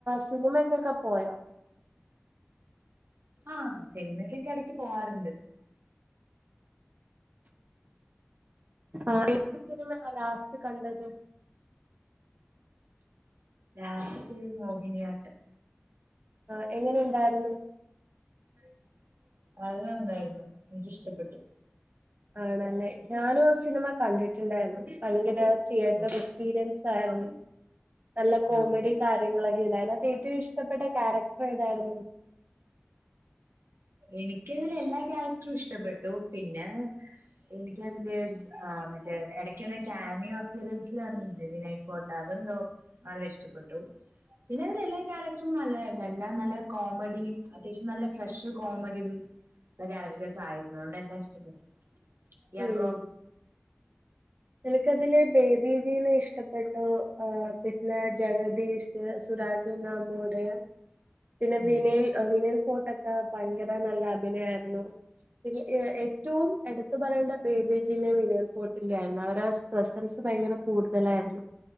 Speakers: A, on the right (about 40°); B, on the right (about 85°).
A: സിനിമക്കൊക്കെ പോയോ
B: ആഹ് സിനിമക്ക്യൊക്കെ എടക്ക് പോവാറ്ണ്ട്
A: ആഹ് ഏത് ഫിലീമാ ആഹ് ലാസ്റ്റ് കണ്ടത്
B: ലാസ്റ്റ് മോഹിനിയാട്ടം
A: ആഹ് എങ്ങനെ ഇണ്ടാരുന്നു
B: ആഹ് അത് നന്നായിരുന്നു ഇന്ക്കിഷ്ടപ്പെട്ടു
A: ആണല്ലേ ഞാനും ആ സിനിമ കണ്ടിട്ടുണ്ടാരുന്നു ഭയങ്കര തിയേറ്റർ
B: ഓ
A: എക്സ്പീരിയൻസ് ആരുന്നു നല്ല കോമഡി
B: ആഹ്
A: കാര്യങ്ങളൊക്കെ ഇണ്ടാരുന്നു അതെ ഏറ്റവും ഇഷ്ടപ്പെട്ട ക്യാരക്ടർ ഏതായിരുന്നു
B: എനിക്ക്യതില് എല്ലാ ക്യാരക്ടറും ഇഷ്ടപ്പെട്ടു പിന്നെ എനിക്ക്യതില് ആഹ്‌ മറ്റേ എടക്ക്യ് വന്ന ക്യാമിയോ അപ്പീറൻസ് അർഞ്ഞീല്ലേ വിനയ് ഫോ അതെന്തോ നല്ല ഇഷ്ടപ്പെട്ടു പിന്നെ അതിലെ എല്ലാ ക്യാരക്ടറും നല്ലതാരുന്നു എല്ലാ നല്ല കോമഡി അത്യാവശ്യം നല്ല ഫ്രഷ് <unintelligible> ക്യാരക്ടേഴ്സായിരുന്നു അതോണ്ടല്ലാം ഇഷ്ടപ്പെട്ടു ഇയാക്കോ
A: ഉം എനിക്കതില് ബേബി ജീനെ ഇഷ്ടപ്പെട്ടു ആഹ് പിന്നെ ജഗദീഷ് പിന്നെ സുരാജ് വെഞ്ഞാർമൂട് പിന്നെ
B: ഉം
A: വിനയ് ഏഹ് വിനയ് ഫോർട്ടൊക്കെ ഭയങ്കര നല്ല അഭിനയാരുന്നു പിന്നെ എ ഏറ്റവും എടുത്തു പറയേണ്ട ബേബി ജിനെ വിനയ് ഫോർട്ടിന്റെ ആരുന്നു പിന്നെ അവരെ പ്രെസൻസ് ഭയങ്കര കൂടുതലേരുന്നു